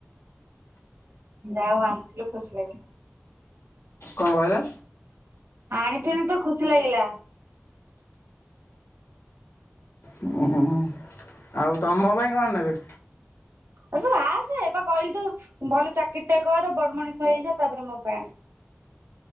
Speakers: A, on the right (about 70°); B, on the left (about 70°).
A: ଯାଉ ଆଣିଥିଲୁ ଖୁସି ଲାଗିଲା।
B: କଁ କହିଲ।
A: ଆଣିଥିଲି ତ ଖୁସି ଲାଗିଲା।
B: ଅଁ, ଆଉ ତମ ପାଇଁ କଣ ନେବି?
A: ଅଜୁ! ଆସେ-ଏ ବା କହିଲି ତୁ ଭଲ ଚାକିରି ଟା କର ବଡ ମଣିଷ ହେଇଯା ତାପରେ ମୋ ପାଇଁ ଆଣ